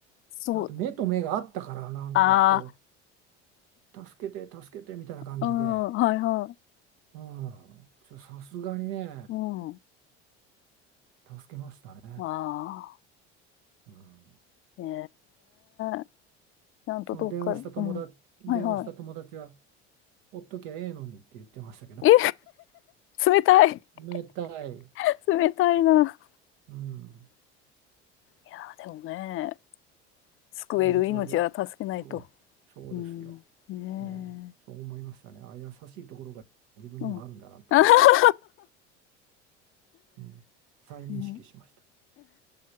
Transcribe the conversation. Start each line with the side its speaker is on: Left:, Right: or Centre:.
Left: そう。
Right: だって目と目があったから、なんかこ
Left: あ
Right: う、助けて、助けてみたいな感じで、
Left: あ、うん。はいは
Right: うん、ちょさすがにね、
Left: い。うん。
Right: 助けましたね。
Left: まあ
Right: うん
Left: あ、ねええ。ちゃんとどっか、
Right: その電話した友達、
Left: うん。
Right: 電話した友達は、
Left: はいは
Right: ほっときゃええのにって言ってましたけど、
Left: い。え、冷たい。
Right: 冷たい、
Left: <laughs> 冷たいな。
Right: うん、
Left: いや、でもね。救える命は助けないと。
Right: 実話で、そう、そうですよ。
Left: うん。ね
Right: ね、そう思いましたね。あ、優しいところが自分にもあるんだなと思って、
Left: え。うん。<laughs>
Right: うん、再認識しました。
Left: ね、